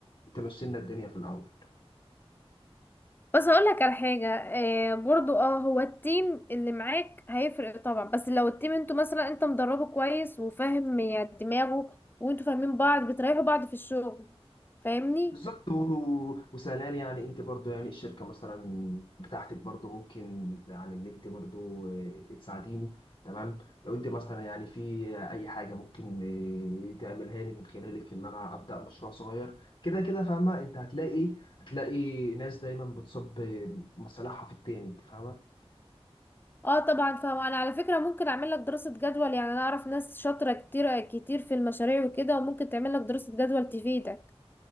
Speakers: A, on the left; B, on the left.
A: تمشي لنا الدنيا في الاول
B: بس هقول لك على حاجة آه برضو اه هو التيم اللي معاك هيفرق طبعا بس لو التيم انتوا مثلا انت مدربه كويس وفاهم يعني دماغه وانتوا فاهمين بعض بتريحوا بعض في الشغل فاهمني
A: بالظبط و- و- وثانيا يعني انت برضو يعني الشركه مثلا بتاعتك برضو ممكن يعني ان انت برضو اه، تساعديني تمام لو انت مثلا يعني في اي حاجه ممكن اه، تعملها لي من خلالك ان انا ابدا مشروع صغير كده كده فاهمه انت هتلاقي هتلاقي ناس دايما بتصب مصالحها في التاني انت فاهمه
B: اه طبعا فاهمة انا على فكرة ممكن اعمل لك دراسة جدول يعني انا اعرف ناس شاطرة كتير كتير في المشاريع وكده وممكن تعمل لك دراسة جدول تفيدك